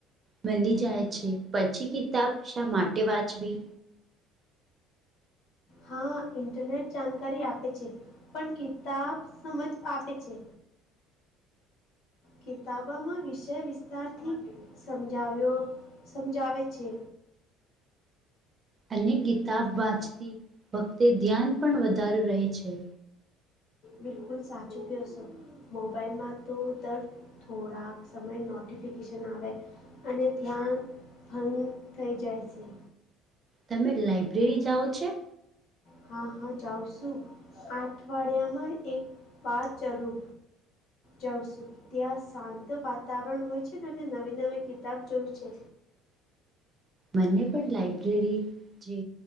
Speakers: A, on the right (about 20°); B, on the left (about 55°).
A: મળી જાય છે પછી કિતાબ શા માટે વાંચવી.
B: હા, ઇન્ટરનેટ જાનકારી આપે છે પન કિતાબ સમજ આપે છે. કિતાબામાં વિષય વિસ્તારથી સમજાવ્યો સમજાવે છે.
A: અને કિતાબ વાંચતી વખતે ધ્યાન પણ વધારે રહે છે.
B: બિલકુલ સાચું કયો સો મોબાઈલમાં તો દર થોડાક સમય નોટિફિકેશન આવે અને ધ્યાન ભંગ થઇ જાય છે.
A: તમે લાઈબ્રેરી જાઓ છે?
B: હા, હા જાઉ સું અઠવાડિયામાં એક પાર જરૂ જાઉંશું. ત્યાં શાંત વાતાવરન હોય છે ને અને નવી-નવી કિતાબ જોય છે.
A: મને પણ લાઈબ્રેરી જે